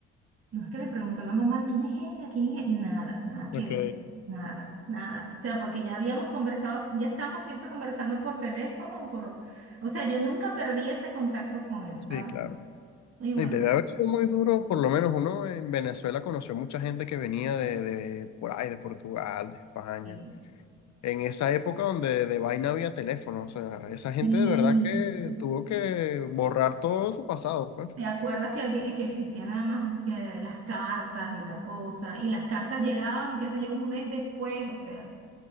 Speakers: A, on the right; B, on the left.
A: no es que le preguntó a la mamá, ¿quién es ella? ¿Quién es? e-?". Nada, nada que
B: Ok,
A: ver, nada, nada. O sea, porque ya habíamos conversado, ya estábamos siempre conversando por teléfono, por, o sea, yo nunca perdí ese contacto con él,
B: sí,
A: ¿sabes?
B: claro.
A: Y bueno,
B: Y debe haber sido muy duro, por lo menos uno en Venezuela conoció mucha gente que venía de, de por ahí, de Portugal, de España.
A: sí.
B: en esa época donde de vaina había teléfono. O sea, esa gente
A: Sí.
B: de verdad que tuvo que borrar todo su pasado, pues.
A: ¿Te acuerdas que, había- que existían además que las cartas y la cosa? Y las cartas llegaban, qué sé yo, un mes después, o sea,